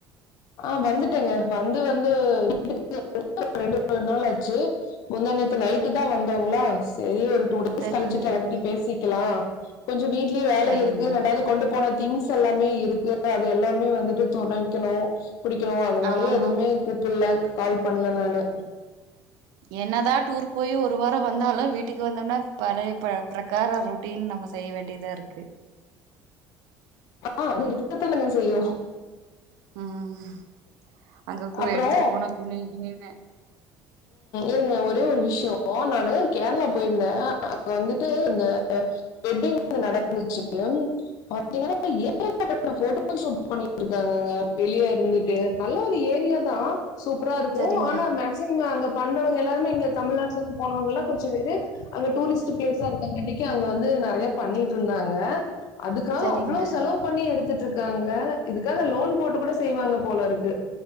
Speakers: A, on the left; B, on the right.
A: ஆஹ் வந்துட்டங்க வந்து வந்து வீட்டுக்கு ரெண்டு மூணு நாள் ஆச்சு முந்தாநேத்து நைட்டு தா வந்தோங்களா சரி ஒரு டூடே
B: சரிங்க
A: கழிச்சிட்டு எல்லாதுட்டி பேசிக்கலா கொஞ்ச வீட்லயு வேல
B: சரிங்க
A: இருக்கு ரெண்டாவது கொண்டு போன திங்ஸ் எல்லாமே இருக்கு அது எல்லாமே வந்துட்டு துவைக்கணு குடிக்கணு அதனாலயே
B: ஆமா
A: எதுவுமே கூப்புட்ல கால் பண்ணல நானு
B: என்னதா டூர் போய் ஒரு வாரம் வந்தாலு வீட்டுக்கு வந்தோம்னா பழய பிரகார ரூட் அப்டின்னு நம்ம செய்ய வேண்டியதா இருக்கு
A: ஆ இருக்க தானங்க செய்யு
B: உம் அங்க கூ
A: அப்புறோ
B: எடுத்துட்டு போனா துணி கினின்னு
A: ஏங்க ஒரே ஒரு விஷய நானு கேரளா போயிருந்த அங்க வந்துட்டு இந்த வெட்டிங் வந்து நடந்துச்சு பாத்தீங்கன்னா ஏகப்பட்ட போட்டோ ஷூட் பண்ணிட்டு இருக்காங்கங்க வெளிய இருந்துட்டு நல்ல ஒரு ஏரியா தா சூப்பரா இருக்கும்
B: சரிங்க
A: ஆனா ம சரிங்க அங்க பண்றவங்கல்லாருமே இங்க தமிழ்நாட்டுலருந்து போனவங்கல்லா கொஞ்ச பேரு அங்க டூரிஸ்ட் பிளேஸா இருக்கங்காட்டி‌ அங்க வந்து நெறைய பண்ணிட்டிருந்தாங்க அதுக்காக
B: சரிங்க
A: அவ்ளோ செலவு பண்ணி எடுத்துட்டிருக்காங்க இதுக்காக லோன் போட்டு கூட செய்வாங்க போல இருக்கு